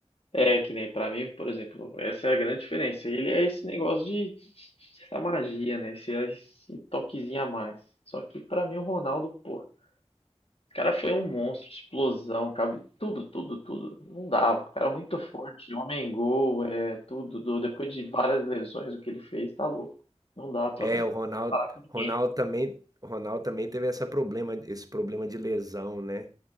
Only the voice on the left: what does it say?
É, que nem pra mim, por exemplo, essa é a grande diferença. Ele é esse negócio de, de- essa magia, né? Esse, esse toquezinho a mais. Só que pra mim o Ronaldo, pô, o cara foi um monstro, explosão, cabe tudo, tudo, tudo. Não dava. O cara é muito forte, homem gol, é tudo. do- depois de várias lesões, o que ele fez, tá louco. Não dá pra
comparar
com ninguém.